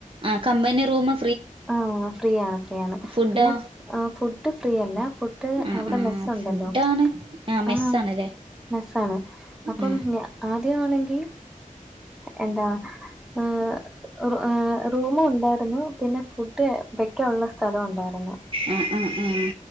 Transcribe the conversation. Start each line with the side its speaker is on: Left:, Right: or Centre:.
Right: ആഹ് കമ്പനി റൂമാ
Centre: ആഹ് ഫ്രീയാണ് ഫ്രീയാണ്
Right: ഫുഡോ
Centre: പിന്നെ ഫു ഫുഡ് ഫ്രീ അല്ല ഫു ഡ്
Right: ആഹ്
Centre: അവ്ടെ
Right: ആഹ്
Centre: മെസ്സ് ഉണ്ടല്ലോ
Right: ഫുഡാണ് മെസ്സാണല്ലേ
Centre: ആഹ് മെസ്സാണ് അപ്പം
Right: ആഹ്
Centre: ഞാ ആദ്യവാണെങ്കി എന്താ ഏഹ് റു ഏഹ് റൂമ് ഉണ്ടായിരുന്നു പിന്നെ ഫുഡ് വെക്കായുള്ള സ്ഥലം ഉണ്ടായിരുന്നു
Right: ആഹ് ആഹ് ആഹ്